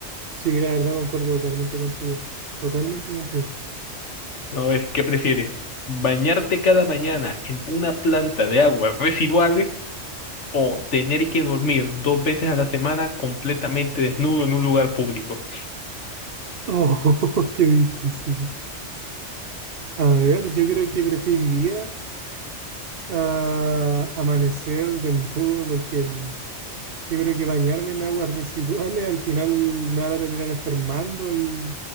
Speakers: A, on the right (about 55°); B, on the left (about 75°).
A: Sí, la verdad concuerdo totalmente contigo. Totalmente contigo.
B: A ver, ¿qué prefieres? ¿Bañarte cada mañana en una planta de aguas residuales o tener que dormir dos veces a la semana completamente desnudo en un lugar público?
A: Oh, <laughs> qué difícil. A ver, yo creo que preferiría ah, amanecer desnudo porque el, Yo creo que bañarme en aguas residuales al final me van a terminar enfermando y